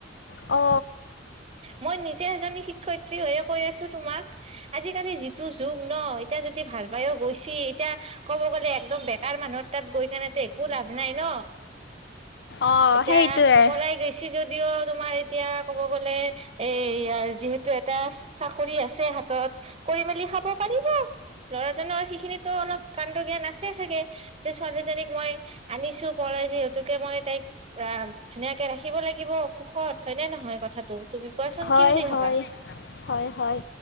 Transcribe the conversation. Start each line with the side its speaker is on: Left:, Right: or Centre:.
Left: অ।
Right: মই নিজে এজনী শিক্ষয়িত্ৰী হৈয়ে কৈ আছো তোমাক। আজি-কালি যিটো যুগ ন। এতিয়া যদি ভাল পাইও গৈছি এতিয়া কব গ'লে একদম বেকাৰ মানুহ তাত গৈ কেনেতো একো লাভ নাই ন।
Left: অ'
Right: এতিয়া
Left: সেইটোৱে।
Right: পলাই গৈইছি যদ দিও তোমাৰ এতিয়া ক'ব গ'লে এ ইয়াৰ যিহেতু এটা চাকৰি আছে হাতত। কৰি মেলি খাব পাৰিব। ল'ৰাজনৰ সেইখিনিতো অলপ কাণ্ড জ্ঞান আছে চাগে। যে ছোৱালীজনীক মই আনিছোঁ পলাই যিহেতুকে মই তাইক ৰা ধুনীয়াকে ৰাখিব লাগিব সুখত। হয়নে নহয় কথাটো? তুমি কোৱাচোন
Left: হয়,
Right: কি বুলি ভাবা
Left: হয়। হয়, হয়।